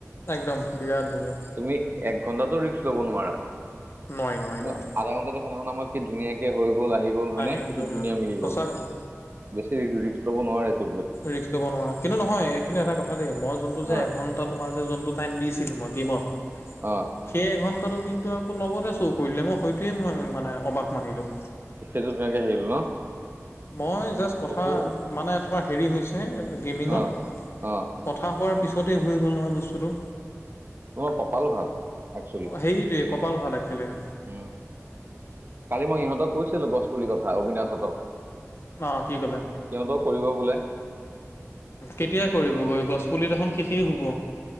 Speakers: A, on the left; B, on the right.
A: একদম বিৰাট ধুনীয়া
B: তুমি এক ঘন্টাটো ৰিক্স লব নোৱাৰা কিন্তু
A: নোৱাৰি নোৱাৰি নোৱাৰি
B: আধা ঘণ্টাটো <unintelligible> আমাৰ কি ধুনীয়াকে হৈ গ'ল আহি গ'ল হয়
A: টাইমিংটো
B: নে কি
A: উম,
B: ধুনীয়া মিলি
A: সঁচা
B: গ'ল।
A: কথা।
B: বেছি ৰিক্স লব নোৱাৰি
A: ৰিক্স ল'ব নোৱাৰা কিন্তু নহয় এইখিনি এটা কথা দেই মই যোনটো যে
B: অ',
A: এঘন্টাত তোমাৰজে যোনটো টাইম দিছিলো মই গেমত
B: অ'।
A: সেই এঘন্টাটো কিন্তু আকৌ লগতে চৌ কৰিলে মই সেইটোৱে মই মানে অবাক মানিলো।
B: সেইটো ধুনীয়াকে আহিল ন'।
A: মই জাষ্ট কথা
B: সেইটো
A: মানে তোমাৰ হেৰি হৈছে গেমিঙত
B: অ', অ',
A: কথা হোৱাৰ পিছতেই হৈ গ'ল নহয় বস্তুটো।
B: তোমাৰ কপাল ভাল একচুৱেলি।
A: অ', হেৰিটোৱে কপাল ভাল একচুৱেলি উম।
B: উম, কালি মই ইহঁতক কৈছিলো গছ পুলি কথা অবিনাশহঁতক।
A: অ' কি কলে?
B: সিহঁতেও কৰিব বোলে।
A: কেতিয়া কৰিবগৈ গছপুলি দোখোন শেষেই হ'ব।